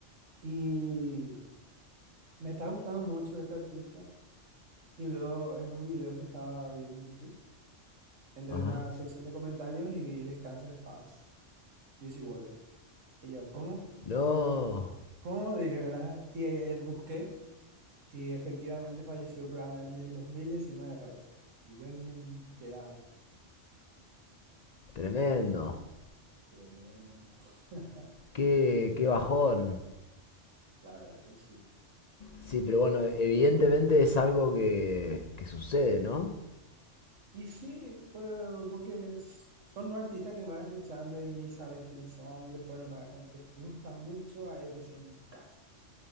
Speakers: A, on the right (about 85°); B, on the left (about 55°).
A: Y me está gustando mucho este artista. Y luego en un video que estaba viendo en YouTube, entré
B: Ajá.
A: en la sección de comentarios y vi Descansa de Paz, U S C World. Y yo, ¿cómo?
B: No,
A: ¿Cómo? Dije, ¿verdad? Y eh, busqué. Y efectivamente falleció, pero en el 2019 falleció. Y yo ni enterado.
B: tremendo.
A: Tremendo. <laughs>
B: Qué, qué bajón.
A: La verdad que sí.
B: Sí, pero bueno, evidentemente es algo que, que sucede, ¿no?
A: Y sí, pues, porque es- son los artistas que vas escuchando y ni sabes quiénes son. Después, nomás cuando te gusta mucho, ahí recién buscas